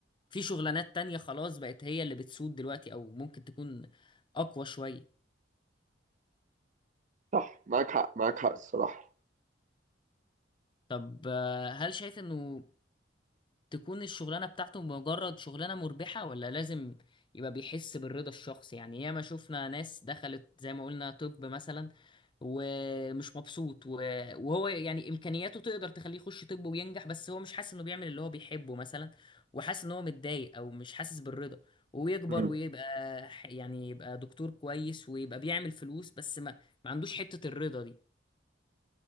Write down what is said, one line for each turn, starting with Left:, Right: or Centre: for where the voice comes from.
Left: في شغلانات تانية خلاص بقت هي اللي بتسود دلوقتي او ممكن تكون اقوى شوية
Right: صح معاك حق معاك حق الصراحه
Left: طب آه، هل شايف انه تكون الشغلانة بتاعته مجرد شغلانة مربحة ولا لازم يبقى بيحس بالرضا الشخصي يعني ياما شفنا ناس دخلت زي ما قلنا طب مثلا ومش مبسوط و- وهو يعني إمكانياته تقدر تخليه يخش طب وينجح بس هو مش حاسس إنه بيعمل اللي هو بيحبه مثلا وحاسس إن هو متضايق أو مش حاسس بالرضا ويكبر
Right: مم.
Left: ويبقى ح- يعني يبقى دكتور كويس ويبقى بيعمل فلوس بس ما ما عندوش حتة الرضا دي